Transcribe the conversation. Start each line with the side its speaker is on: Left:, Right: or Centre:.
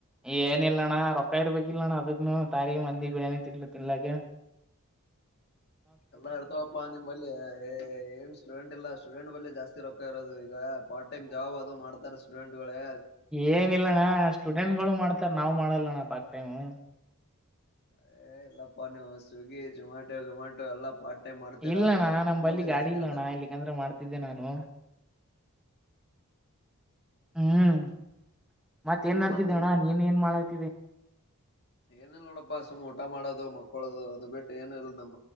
Centre: ಏನ ಇಲ್ಲಣ್ಣ ರೊಕ್ಕ ಇರ್ಬೇಕಿಲ್ಲ ಅಣ್ಣ ಅದಕ್ಕನು ತಾರಿಗೆ ಮಂಡಿ ಬಿಣಿ ತಿನ್ನ ತಿನ್ನಲಾಕ್ಕೆ
Left: ಎಲ್ಲಾ ಇರ್ತವಪ್ಪಾ ನಿಮ್ಲ್ಲಿ ಏನ್ ಸ್ಟೂಡೆಂಟ್ ಇಲ್ಲ ಸ್ಟೂಡೆಂಟ್ ಬಳಿ ಜಾಸ್ತಿ ರೊಕ್ಕ ಇರೋದು ಈಗ ಪಾರ್ಟ್ ಟೈಮ್ ಜಾಬ್ ಅದು ಮಾಡ್ತಾರ ಸ್ಟೂಡೆಂಟ್ ಗಳೇ
Centre: ಏನಿಲ್ಲಣ್ಣ ಸ್ಟೂಡೆಂಟ್ಗಳು ಮಾಡ್ತ ನಾವ್ ಮಾಡಲ್ಲಣ ಟಾಕ್ ಟೈಮೂ
Left: ಅ ಎಲ್ಲಾ ಪ ಸ್ವಿಗಿ ಜೊಮಟೋ ಗಿಮಟೋ ಎಲ್ಲಾ ಪಾರ್ಟ್ ಮಾಡ್ತೀರಾ
Centre: ಇಲ್ಲಣ್ಣ ನಮ್
Left: ನಿಮ್ಮಲ್ಲೇ
Centre: ಬಲ್ಲಿ ಗಾಡಿ
Left: ಜಾಸ್ತಿ
Centre: ಇಲ್ಲಣ್ಣ
Left: ಇರತವ
Centre: ಇಲ್ಲಿಕಂದ್ರೆ ಮಾಡ್ತಿದ್ದೆ ನಾನು ಹ್ಮ್ ಮತ್ತ ಏನ್ ನಡ್ತಿದ್ದ
Left: ಮತ್
Centre: ಅಣ್ಣ ನೀನ್ ಏನ್ ಮಾಡ <inaudible>
Left: ಏನ ಇಲ್ಲ ನೋಡಪ್ಪ ಅ ಸಮ್ ಊಟಾ ಮಾಡೋದು ಮಕ್ಕೋಲೋದು ಅದು ಬಿಟ್ಟು ಏನ ಇಲ್ ನಮ್ಮದು